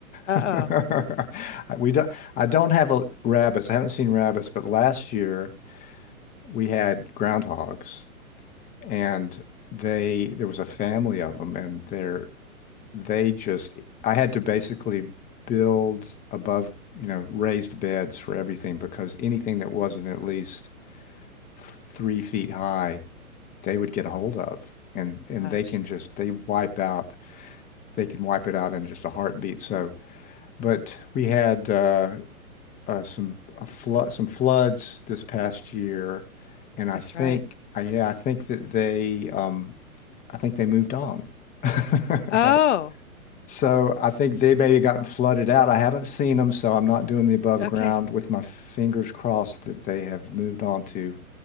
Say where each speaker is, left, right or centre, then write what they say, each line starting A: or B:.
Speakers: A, on the left (about 55°); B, on the left (about 20°).
A: Uh-oh.
B: <laughs> I- We don't. I don't have a, rabbits. I haven't seen rabbits, but last year we had groundhogs, and they there was a family of them, and they're they just I had to basically build above, you know, raised beds for everything because anything that wasn't at least three feet high, they would get a hold of. And and
A: Uh,
B: they can just they wipe out they can wipe it out in just a heartbeat. So, but we had uh, uh, some a flood some floods this past year, and I
A: that's
B: think
A: right.
B: I yeah I think that they um, I think they moved on. <laughs> I
A: Oh,
B: So I think they may have gotten flooded out. I haven't seen them, so I'm not doing the above
A: okay.
B: ground with my fingers crossed that they have moved on to